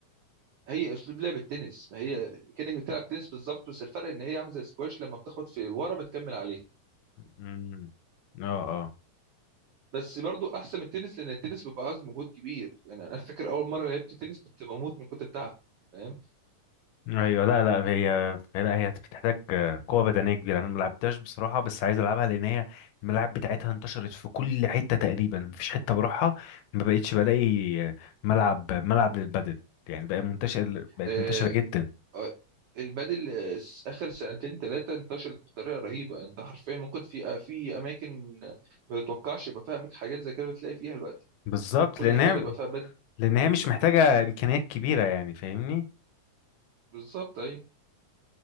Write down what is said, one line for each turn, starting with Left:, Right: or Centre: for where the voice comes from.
Right: هي اسلوب لعب التنس ما هي كانك بتلعب تنس بالظبط بس الفرق ان هي عامله زي السكواش لما بتخبط في ورا بتكمل عليها
Left: مم. اه اه
Right: بس برضو احسن من التنس لان التنس بيبقى عاوز مجهود كبير يعني انا فاكر اول مره لعبت تنس كنت بموت من كتر التعب فاهم
Left: ايوه لا لا هي لا هي بتحتاج قوة بدنية كبيرة انا ملعبتهاش بصراحة بس عايز العبها لان هي الملاعب بتاعتها انتشرت في كل حتة تقريبا مفيش حتة بروحها ما بقتش بلاقي ملعب ملعب للبدل يعني بقى منتشر بقت
Right: آه
Left: منتشرة جدا
Right: آه، البادل آه، س- اخر سنتين ثلاثه انتشرت بطريقه رهيبه انت حرفيا ممكن في آه، في اماكن ما تتوقعش يبقى فيها حاجات زي كده بتلاقي فيها الوقت
Left: بالظبط
Right: كل
Left: لان
Right: حاجه
Left: هي
Right: بقى فيها بدل
Left: لان هي مش محتاجة امكانيات كبيرة يعني فاهمني
Right: بالظبط ايوه